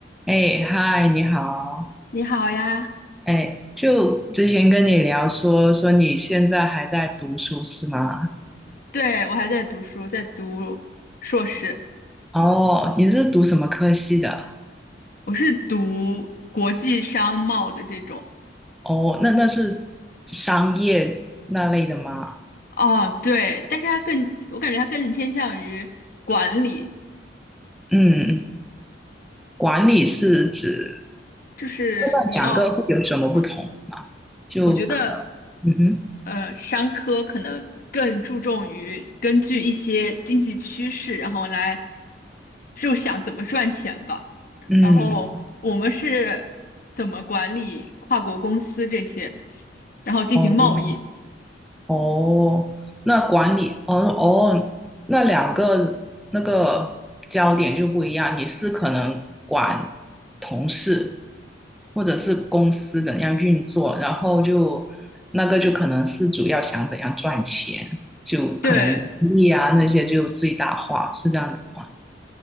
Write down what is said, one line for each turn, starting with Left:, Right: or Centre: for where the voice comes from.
Centre: 哎，嗨，你好。
Left: 你好呀，
Centre: 哎，就之前跟你聊说说你现在还在读书是吗？
Left: 对，我还在读书，在读硕士，
Centre: 哦，你是读什么科系的？
Left: 我是读国际商贸的这种。
Centre: 哦，那那是商业那类的吗？
Left: 哦，对，但是它更，我感觉它更偏向于管理，
Centre: 嗯，管理是指
Left: 就是你要，
Centre: 那两个会有什么不同吗？
Left: 嗯，
Centre: 就可
Left: 我觉得，
Centre: 能，嗯哼，
Left: 呃，商科可能更注重于根据一些经济趋势，然后来就想怎么赚钱吧。
Centre: 嗯，
Left: 然后我们是怎么管理跨国公司这些，然后进行贸易。
Centre: 哦，哦，那管理，哦哦，那两个那个焦点就不一样。你是可能管同事，或者是公司怎样运作，然后就那个就可能是主要想怎样赚钱，就可能利益啊那些就最大化，
Left: 对，
Centre: 是这样子吗？